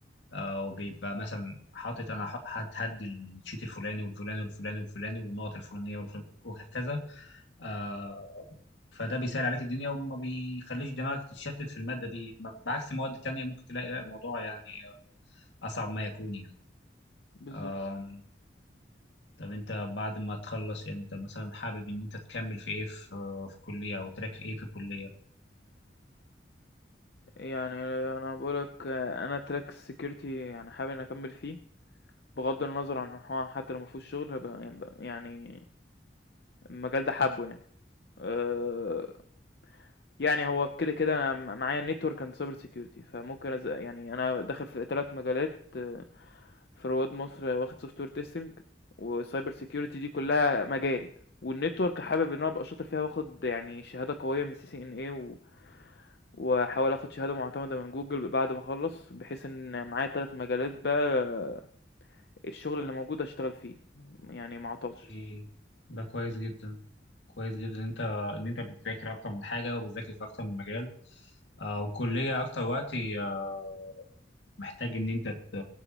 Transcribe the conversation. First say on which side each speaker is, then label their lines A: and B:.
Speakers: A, on the left; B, on the left.
A: آه وبيبقى مثلا حاطط أنا ح- هد- هدي الشيت الفلاني والفلاني والفلاني والفلاني والنقط الفلانية والفلانية وهكذا آه، فده بيسهل عليك الدنيا وما بيخليش دماغك تتشتت في المادة دي ب- بعكس مواد تانية ممكن تلاقي لا الموضوع يعني أصعب ما يكون يعني
B: بالضبط،
A: أم، طب أنت بعد ما تخلص يعني أنت مثلا حابب إن أنت تكمل في إيه في في الكلية أو تراك إيه في الكلية
B: يعني أنا باقول لك أنا track security يعني حابب إني أكمّل فيه، بغض النظر عن إن هو حتى لو ما فيهوش شغل ب يعني ب يعني المجال ده حابّه يعني، آآ، يعني هو كده، كده أنا م معايا network and cyber security فممكن أز يعني أنا داخل في 3 مجالات آه، في رواد مصر واخد سوفت وير تيستنج وسايبر سيكيورتي دي كلها مجال والنتورك حابب ان انا ابقى شاطر فيها واخد يعني شهاده قويه من سي سي ان اي و... واحاول اخد شهاده معتمده من جوجل بعد ما اخلص بحيث ان معايا ثلاث مجالات بقى الشغل اللي موجود اشتغل فيه يعني ما اعطلش
A: إيه، ده كويس جدا كويس جدا إن أنت إن أنت بتذاكر أكتر من حاجة وبتذاكر في أكتر من مجال آه، وكلية أكتر وقت آه، محتاج إن أنت ت-